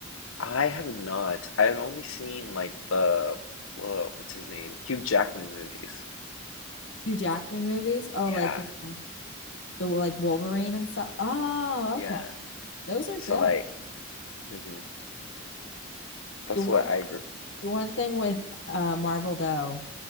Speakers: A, on the left (about 75°); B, on the left (about 60°).
A: I have not. I've only seen like the whoa, what's his name? Hugh Jackman movies.
B: Hugh Jackman movies? Oh, like
A: Yeah,
B: uh, the like Wolverine and stuff. Oh,
A: yeah.
B: okay. Those are
A: So
B: good.
A: like, hmm That's
B: The one
A: what I grew.
B: the one thing with uh Marvel though,